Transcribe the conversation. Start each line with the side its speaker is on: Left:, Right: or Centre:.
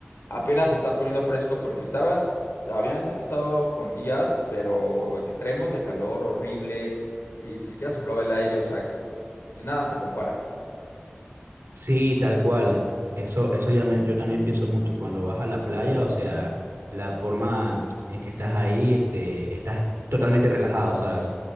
Left: apenas se está poniendo fresco porque estaban, habían estado con días, pero extremos de calor horrible y ni siquiera soplaba el aire, o sea, pues nada se compara.
Right: Sí, tal cual. Eso, eso ya me- yo también pienso mucho. Cuando vas a la playa, o sea, la forma en que estás ahí, este, estás totalmente relajado, ¿sabes?